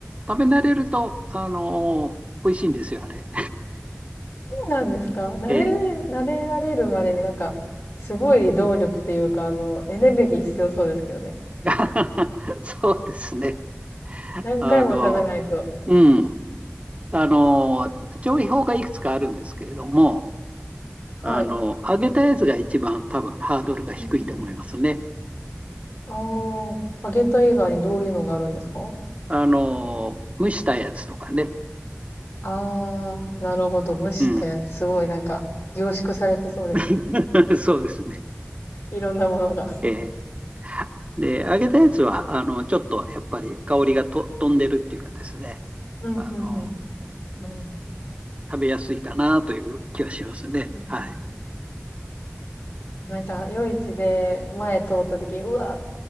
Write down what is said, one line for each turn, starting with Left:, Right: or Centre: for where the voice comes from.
Right: 食べ慣れると、あの、美味しいんですよ、あれ。
Left: そうなんですか慣れる、
Right: ええ
Left: 慣れられるまでになんか、すごい動力っていうか、あの、エネルギー必要そうですけどね。
Right: <laughs> そうですね。
Left: 何回も食べないと。
Right: あの、うん。あの、調理法がいくつかあるんですけれども、
Left: はい。
Right: あの、揚げたやつが一番多分ハードルが低いと思いますね。
Left: うんうん、ああ、揚げた以外にどういうのがあるんですか
Right: あの、蒸したやつとかね。
Left: ああー、なるほど。蒸したやつ、
Right: うん。
Left: すごいなんか、凝縮されてそうですね。
Right: <laughs> そうですね。
Left: いろんなものが。
Right: ええで、揚げたやつは、あの、ちょっとやっぱり香りがと飛んでるっていうかですね、
Left: <laughs> うん、
Right: あの、
Left: うん、うん。なるほど。
Right: 食べやすいかなという気はしますね。
Left: うん
Right: はい。
Left: なんか、夜市で前通った時、うわ、